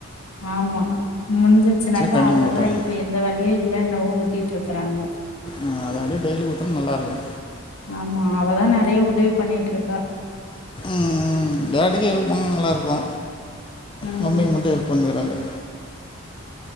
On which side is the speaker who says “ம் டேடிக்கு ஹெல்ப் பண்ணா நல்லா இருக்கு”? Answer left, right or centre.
Left